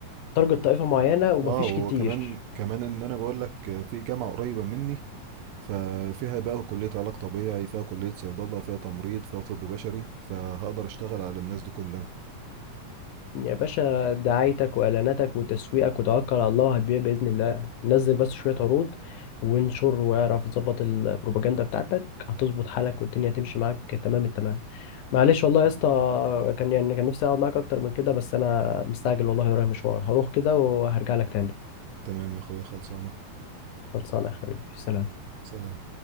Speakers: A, on the left; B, on the right.
A: بتارجت طائفه معينه ومفيش
B: اه وهو
A: كتير
B: كمان كمان ان انا بقول لك في جامعة قريبة مني ففيها بقى كلية علاج طبيعي فيها كلية صيدلة فيها تمريض فيها طب بشري فهقدر اشتغل على الناس دي كلها
A: يا باشا دعايتك واعلاناتك وتسويقك وتوكل على الله وهتبيع باذن الله نزل بس شويه عروض وانشر واعرف ظبط البروباجندا بتاعتك هتظبط حالك والدنيا تمشي معاك تمام التمام معلش والله يا اسطى كان يعني كان نفسي اقعد معاك اكتر من كده بس انا مستعجل والله ورايا مشوار هروح كده وهرجع لك تاني
B: تمام يا اخويا خلصانة
A: خلصانه يا حبيبي سلام
B: سلام